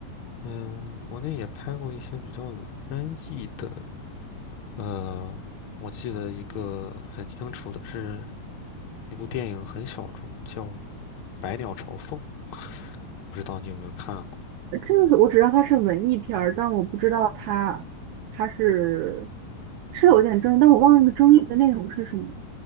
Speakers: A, on the left (about 80°); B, on the right (about 80°).
A: 嗯，国内也拍过一些比较有深意的，呃，我记得一个很清楚的是那部电影很小众，叫《百鸟朝凤》，不知道你有没有看过
B: 这个是我只知道它是文艺片儿，但我不知道它它是是有点争议，但我忘了那个争议的内容是什么，